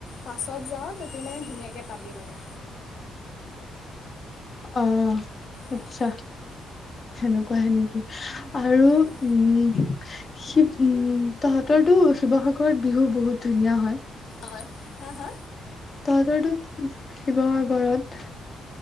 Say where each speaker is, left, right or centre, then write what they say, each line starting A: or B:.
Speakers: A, on the left; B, on the left.
A: পাছত যাও, ততি মানে ধুনীয়াকৈ পাবি মানে।
B: অ
A: অঁ
B: আচ্ছা। সেনেকুৱাহে নেকি? আৰু উম
A: তে
B: শিৱ উম তহঁতৰতো শিৱসাগৰত বিহু বহুত ধুনীয়া হয়
A: হয় হা হা
B: তহততো শিৱসাগৰত